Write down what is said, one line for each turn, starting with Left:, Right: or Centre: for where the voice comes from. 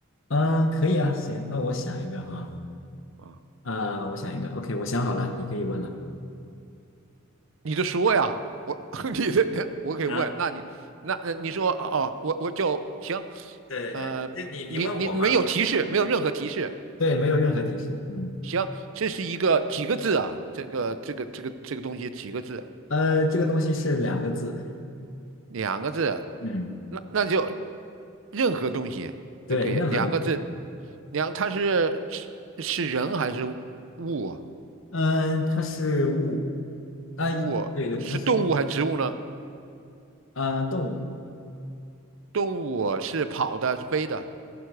Left: 嗯，可以啊，行，那我想一个哈，
Right: 啊。
Left: 啊，我想一个，OK，我想好了，你可以问了。
Right: 你就说呀，我 <laughs> 你的我可以问，
Left: 啊，
Right: 那你那呃你说哦，我我就行。
Left: 对对对，
Right: 呃，
Left: 就你你问我嘛，
Right: 你你没有提示，没有任何提示。
Left: 对，没有任何提示。嗯，
Right: 行，这是一个几个字啊？这个这个这个这个东西几个字？
Left: 呃，这个东西是两个字。
Right: 两个字，
Left: 嗯，
Right: 那那就任何东西都可以，
Left: 对，任何东西。
Right: 两个字，两，它是是是人还是物啊？
Left: 嗯、它是物。啊、
Right: 物啊是动物还是植物呢？
Left: 对对，它是物。呃，动物。
Right: 动物是跑的，是飞的，